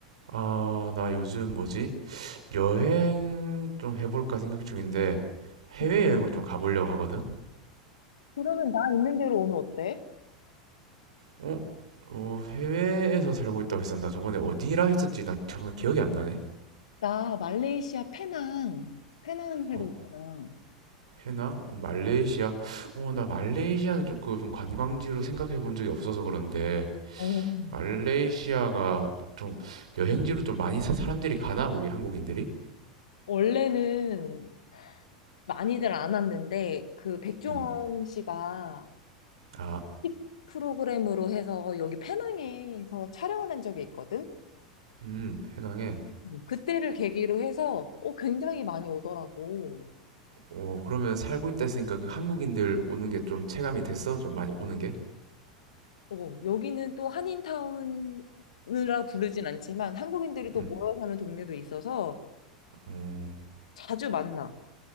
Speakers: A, on the right (about 70°); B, on the left (about 70°).
A: 아, 나 요즘 뭐지? 여행 좀 해볼까 생각 중인데 해외여행을
B: 음.
A: 좀 가보려고 하거든?
B: 그러면 나 있는 대로 오면 어때?
A: 어? 어, 해외에서 살고 있다고 했었나? 저번에 어디라 했었지? 나 정말 기억이 안 나네.
B: 나 말레이시아 페낭, 페낭 살고
A: 어,
B: 있잖아.
A: 해나? 어, 말레이시아? 어, 나 말레이시아는 조금 관광지로 생각해 본 적이 없어서 그런데
B: 어.
A: 말레이시아가 좀 여행지로 좀 많이 사- 사람들이 가나? 우리 한국인들이?
B: 원래는 많이들 안 왔는데 그 백종원
A: 음.
B: 씨가
A: 아,
B: TV 프로그램으로 해서 여기 페낭에서 촬영을 한 적이 있거든.
A: 음, 해낭에
B: 음, 그때를 계기로 해서 어, 굉장히 많이 오더라고.
A: 어, 그러면 살고 있다 했으니까 그 한국인들 오는 게 좀 체감이 됐어? 좀 많이 오는 게?
B: 어, 여기는 또 한인타운이라 부르진 않지만 한국인들이 또
A: 음.
B: 모여 사는 동네도 있어서
A: 어,
B: 자주 만나.